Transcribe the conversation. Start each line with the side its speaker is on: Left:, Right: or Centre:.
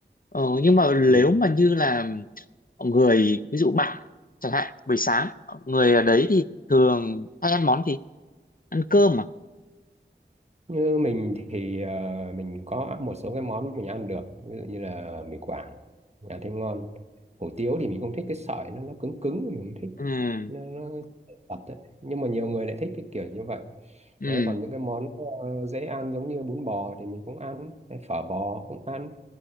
Left: ờ, nhưng mà
Right: Ừ.
Left: nếu mà như là người ví dụ bạn chẳng hạn buổi sáng người ở đấy thì thường hay ăn món gì ăn cơm à
Right: như mình thì ờ, mình có một số cái món mình ăn được ví dụ như là mì Quảng mình ăn thấy ngon hủ tiếu thì mình không thích cái sợi nó nó cứng cứng mình không thích
Left: ừ
Right: nó, nó tật đấy. nhưng mà nhiều người lại thích cái kiểu như vậy
Left: ừ
Right: đấy còn những cái món ờ, dễ ăn giống như bún bò thì mình cũng ăn hay phở bò cũng ăn